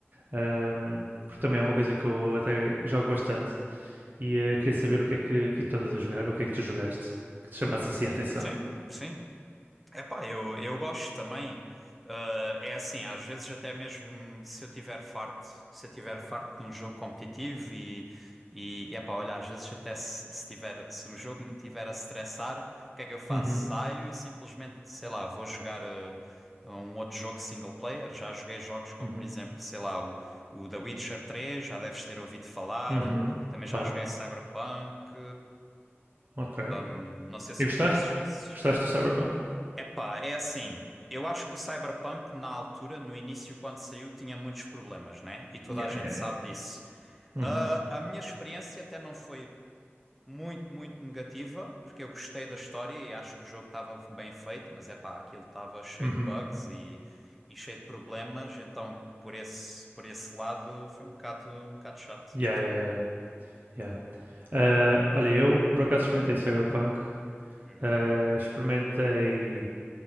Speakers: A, on the right; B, in the centre.
A: ahm, porque também é uma coisa que eu até jogo bastante e eh, queria saber o que, é que, o que é que tu andas a jogar, ou o que é que tu jogaste, que te chamasse assim a atenção.
B: Sim, sim, Epá, eu, eu gosto também. Ah, é assim, às vezes até mesmo se eu tiver farto, se eu tiver farto de um jogo competitivo e, e, e epá, olha, às vezes até se, se tiver, se o jogo me tiver a stressar, o que é que eu faço?
A: Uhum,
B: Saio e simplesmente, sei lá, vou jogar ah, um outro jogo single player. Já joguei jogos como,
A: uhum,
B: por exemplo, sei lá, o, o The Witcher três. já deves ter ouvido falar.
A: uhum,
B: Também
A: claro.
B: já joguei Cyberpunk.
A: Ok. E
B: Não sei se
A: gostaste?
B: conheces esses.
A: Gostaste do Cyberpunk?
B: Epá, é assim. Eu acho que o Cyberpunk, na altura, no início, quando saiu, tinha muitos problemas, né? E toda
A: Yeah,
B: a gente
A: yeah,
B: sabe
A: yeah.
B: disso.
A: Uhum.
B: Ah, a minha experiência até não foi muito, muito negativa, porque eu gostei da história e acho que o jogo estava bem feito, mas epá, aquilo estava cheio
A: Uhum.
B: de bugs e, e cheio de problemas, então por esse, por esse lado foi um bocado, um bocado chato.
A: Yeah,
B: E tu?
A: yeah, yeah. yeah. Ah, olha, eu por acaso experimentei Cyberpunk.
B: Uhum,
A: Ah, experimentei